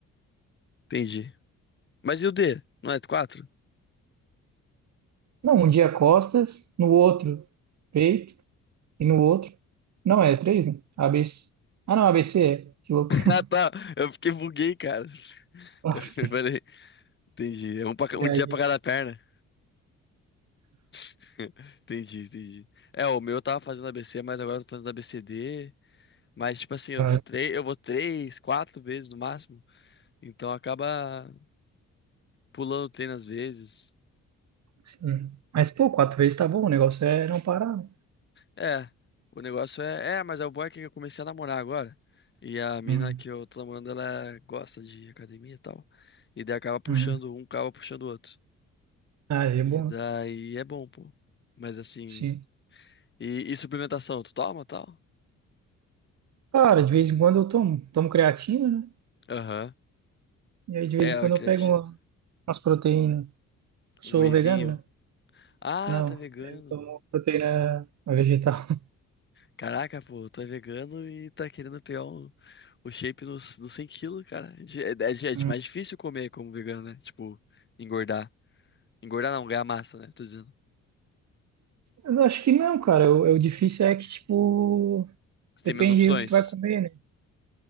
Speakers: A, on the left; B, on the right.
A: entendi. Mas e o D? Não é 4?
B: Não, um dia é costas, no outro peito e no outro. Não, é três, né? ABC. Ah, não, ABC é. Que louco.
A: <laughs>
B: <laughs>
A: Ah, tá. Eu fiquei buguei, cara.
B: Nossa.
A: Eu falei, entendi. É um, pra ca- um
B: E aí,
A: dia pra cada perna. <laughs> Entendi, entendi. É, o meu eu tava fazendo a b c, mas agora eu tô fazendo A B C d. Mas, tipo assim, eu
B: ah,
A: vou três, eu vou três, quatro vezes no máximo. Então acaba pulando treino às vezes.
B: Sim. Mas, pô, quatro vezes tá bom. O negócio é não parar, né?
A: É, o negócio é. É, mas é o bom é que eu comecei a namorar agora. E a mina
B: Uhum.
A: que eu tô namorando, ela gosta de academia e tal. E daí acaba puxando,
B: Uhum.
A: um acaba puxando o outro.
B: Ah, é
A: E
B: bom.
A: daí
B: né?
A: é bom, pô. Mas assim.
B: Sim.
A: E, e suplementação, tu toma tal?
B: Cara, de vez em quando eu tomo. Tomo creatina, né?
A: Aham.
B: E aí de
A: É,
B: vez em
A: a
B: quando
A: creatina.
B: eu pego uma- umas proteínas. Sou
A: Um wheyzinho.
B: vegano, né?
A: Ah,
B: Não.
A: tá vegano.
B: Eu tomo proteína vegetal. <laughs>
A: Caraca, pô, tu é vegano e tá querendo pegar o, o shape nos, nos 100 quilos, cara. É, é,
B: Hum.
A: é mais difícil comer como vegano, né? Tipo, engordar. Engordar não, ganhar massa, né? Tô dizendo.
B: Eu acho que não, cara. O, o difícil é que, tipo,
A: Você
B: depende
A: tem menos opções.
B: do que tu vai comer, né?